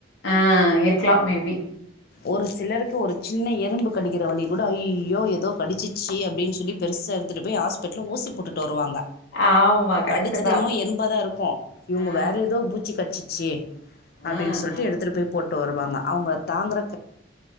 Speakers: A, on the left (about 85°); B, on the left (about 55°).
A: ஆ இருக்கலா மே பி
B: ஒரு சிலருக்கு ஒரு சின்ன எறும்பு கடிக்கிற வலி கூட ஐயோ எதோ படிச்சுச்சு அப்டின் சொல்லி பெருசா எடுத்துட்டு போய் ஹாஸ்பிட்டல்ல ஊசி போட்டுட்டு வருவாங்க
A: ஆமா கரெக்ட்
B: கடிச்சது
A: தா
B: என்னமோ எறும்பாதா இருக்கு இவ்ங்க
A: ஆ
B: வேற எதோ பூச்சி கட்ச்சிச்சு அப்டின்
A: ஆ
B: சொல்ட்டு
A: ஆ
B: எடுத்துட்டு போய் போட்டு வருவாங்க அவ்ங்க தாங்குற